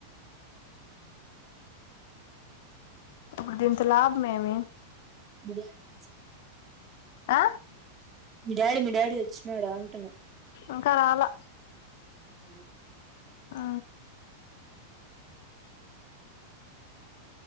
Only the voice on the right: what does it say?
మీ డాడీ <inaudible>
మీ డాడీ మీ డాడీ వచ్చినాడా అంటున్నా
జ